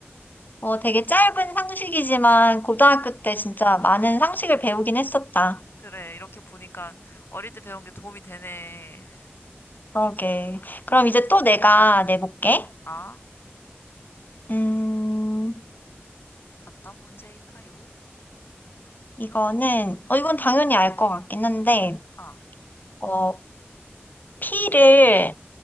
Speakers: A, on the left (about 45°); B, on the left (about 60°).
A: 어, 되게 짧은 상식이지만 고등학교
B: 어,
A: 때 진짜 많은 상식을 배우긴 했었다.
B: 그래. 이렇게 보니까 어릴 때 배운 게 도움이 되네.
A: 그러게. 그럼 이제 또 내가 내볼게.
B: 아,
A: 음,
B: 어떤 문제일까요?
A: 이거는, 어, 이건
B: 음,
A: 당연히 알 것 같긴 한데,
B: 아,
A: 어, 피를